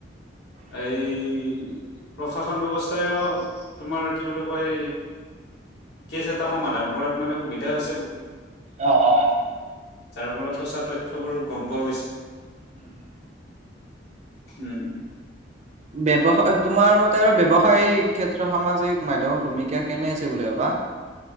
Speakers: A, on the left; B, on the right.
A: এই প্ৰশাসন ব্যৱস্থাইও তোমাৰ কি বুলি কয় কেছ এটা সমাধান কৰাত মানে সুবিধা হৈছে বহুত
B: অ অ।
A: যাৰ ফলত সঁচা তথ্যবোৰ গম পোৱা গৈছে।
B: উম।
A: উম।
B: ব্যৱসায় তোমাৰ মতে আৰু ব্যৱসায়িক ক্ষেত্ৰত সামাজিক মাধ্যাম ভূমিকা কেনে আছে বুলি ভাবা <inaudible>